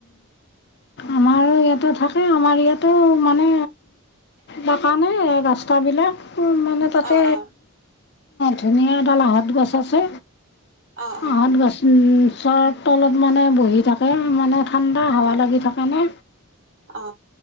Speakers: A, on the left (about 50°); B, on the right (about 55°).
A: আমাৰ ইয়াতে থাকে আমাৰ ইয়াতেো মানে দাকানে গস্তাবিলাক মানে তাতে
B: অ অ
A: ধুনীয়া এডালাহত গছ আছে
B: অ অ
A: আঁহত গছৰ তলত মানে বহি থাকে মানে ঠাণ্ডা
B: অ',
A: হোৱা লাগি থাকেনে
B: অ